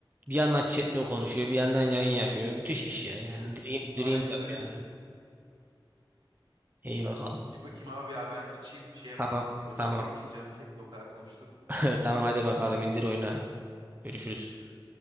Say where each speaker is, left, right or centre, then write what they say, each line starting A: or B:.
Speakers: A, on the right; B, on the right.
A: Bir yandan chatle konuşuyor, bir yandan yayın yapıyor. Müthiş iş ya. Yani
B: <laughs>
A: dream,
B: Aynen
A: dream yap
B: öyle.
A: yani. İyi bakalım.
B: İyi bakayım abi ya ben kaçayım şey yapayım.
A: Tamam.
B: Yotrak
A: Tamam.
B: oynayayım canım çekti o kadar konuştuk.
A: <laughs> Tamam hadi bakalım indir oyna. Görüşürüz.
B: Hadi görüşürüz.